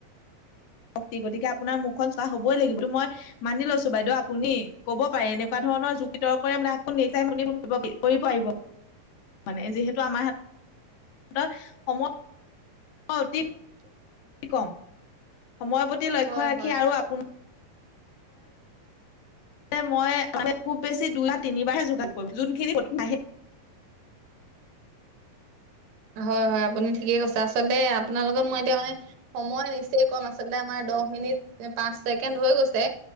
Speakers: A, on the left (about 80°); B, on the right (about 75°).
A: ক্তি গতিকে আপোনাৰ মুখখন চোৱা হবই লাগিব মই মানি লৈছো বাইদেউ আপুনি ক'ব পাৰে এনেকোৱা ধৰণৰ যুক্তি তৰ্কৰে মানে আকো নিচাই মুনি ফোন কৰিব পাৰি। কৰিব আহিব মানে যিহেতু আমাৰ হাতত সময় <unintelligible>
B: <unintelligible>
A: কি কম? সময়ৰ প্ৰতি লক্ষ্য
B: হয়
A: ৰাখি
B: হয়
A: আৰু আপোনাৰ মই খুব বেছি তোমাক তিনিবাৰে যোগাৰ কৰিব যোনখিনি প্ৰথমে আহে।
B: হয়, হয় আপুনি ঠিকেই কৈছে আচলতে আপোনাৰ লগত মই এতিয়া মানে। সময় নিশ্চয় কম আচলতে আমাৰ দহ মিনিট, পাঁচ ছেকেণ্ড হৈ গৈছে।